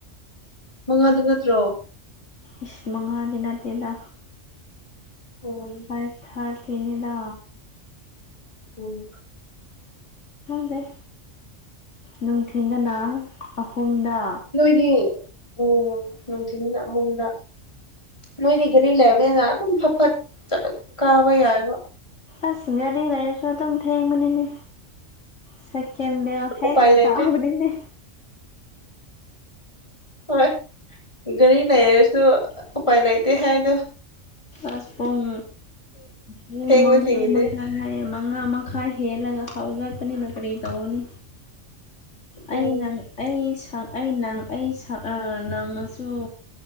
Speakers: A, on the left; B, on the left.
A: ꯃꯉꯥꯗ ꯅꯠꯇ꯭ꯔꯣ
B: ꯏꯁ ꯃꯉꯥꯗꯤ ꯅꯠꯇꯦꯗ
A: ꯎꯝ
B: ꯊꯥꯏ ꯊꯥꯏ ꯊꯦꯡꯉꯦꯗ
A: ꯎꯝ
B: ꯈꯪꯗꯦ ꯅꯨꯡꯊꯤꯟꯗꯅ ꯑꯍꯨꯝꯗ
A: ꯅꯣꯏꯗꯤ ꯎꯝ ꯅꯨꯡꯊꯤ ꯑꯍꯨꯝꯗ ꯃꯣꯏꯗꯤ ꯒꯥꯔꯤ ꯂꯩꯔꯕꯅꯤꯅ ꯑꯗꯨꯝ ꯐꯠ ꯐꯠ ꯀꯥꯕ ꯌꯥꯏꯕ
B: ꯑꯁ ꯒꯔꯤ ꯌꯩꯔꯁꯨ ꯑꯗꯨꯝꯊꯦꯡꯕꯅꯤꯅꯦ ꯁꯦꯀꯦꯟ ꯕꯦꯜ ꯍꯦꯛ
A: ꯎꯄꯥꯏ ꯂꯩꯇꯦ
B: ꯇꯥꯕꯅꯤꯅꯦ
A: ꯍꯣꯏ ꯒꯥꯔꯤ ꯂꯩꯔꯁꯨ ꯎꯄꯥꯏ ꯂꯩꯥꯏꯇꯦ ꯍꯥꯏꯗ
B: ꯑꯁ ꯄꯨꯡ ꯄꯨꯡ
A: ꯊꯦꯡꯕꯁꯤꯡꯒꯤꯗꯤ
B: ꯃꯉꯥ ꯃꯈꯥꯏ ꯍꯥꯏꯌꯦ ꯃꯥ ꯃꯉꯥ ꯃꯈꯥꯏ ꯍꯦꯜꯂꯒ ꯍꯧꯒꯠꯄꯅꯤꯅ ꯀꯔꯤ ꯇꯧꯅꯤ
A: ꯎꯝ
B: ꯑꯩ ꯅꯪ ꯑꯩ ꯁꯛ ꯑꯩ ꯅꯪ ꯑꯩ ꯁꯛ ꯑꯥ ꯅꯪꯅꯁꯨ